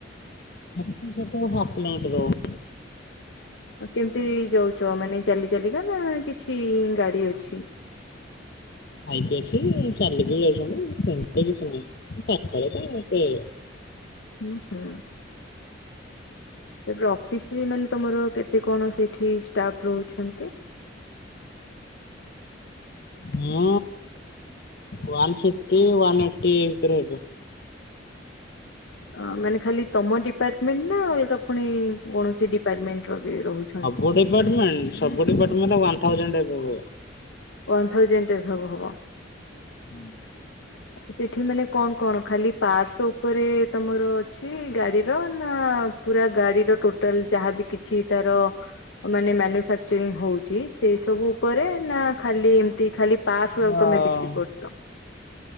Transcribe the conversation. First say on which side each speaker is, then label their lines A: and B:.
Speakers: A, on the left; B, on the left.
A: ଅଫିସରୁ ହାଫ୍ କିଲୋ ମିଟର ହବ।
B: କେମିତି ଯାଉଛ ମାନେ ଚାଲି ଚାଲିକା ନା କିଛି ଗାଡି ଅଛି?
A: ବାଇକି ଅଛି ଚାଲିକି ବି ଯାଉଛନ୍ତି ସେମତି କିଛି ନାଇଁ ପାଖରେ ତ ଏତେ
B: ହୁଁ ହୁଁ। ସେ ଅଫିସ ମାନେ ତମର କେତେ କଣ ସେଇଠି ଷ୍ଟାଫ ରହୁଛନ୍ତି?
A: ହଁ ୱାନ ଫିଫ୍ଟି ୱାନ୍ ଏଇଟି ଭିତରେ ହବ।
B: ଅ ମାନେ ଖାଲି ତମ ଡିପାର୍ଟମେଣ୍ଟ ନା ଅଲଗା ପୁଣି କୌଣସି ଡିପାର୍ଟମେଣ୍ଟ ର ବି ରହୁ
A: ସବୁ ଡିପାର୍ଟମେଣ୍ଟ ସବୁ ଡିପାର୍ଟମେଣ୍ଟ ର ୱାନ ଥାଉଯେଣ୍ଟ ହେବେ ବୋଧେ।
B: ୱାନ୍ ଥାଉଜେଣ୍ଡ ଏଭବ ହେବ।
A: ହୁଁ।
B: ସେଠି ମାନେ କଣ କଣ ଖାଲି ପାର୍ଟସ ଉପରେ ତମର ଅଛି ଗାଡିର ନା ପୁରା ଗାଡିର ଟୋଟାଲ ଯାହାବି କିଛି ତାର ମାନେ ମାନୁଫାକ୍ଚରିଂ ହଉଛି ସେଇ ସବୁ ଉପରେ ନା ଖାଲି ଏମତି ଖାଲି ପାର୍ଟସ ଗୁଡାକ
A: ହଁ।
B: ତମେ ବିକ୍ରି କରୁଛ?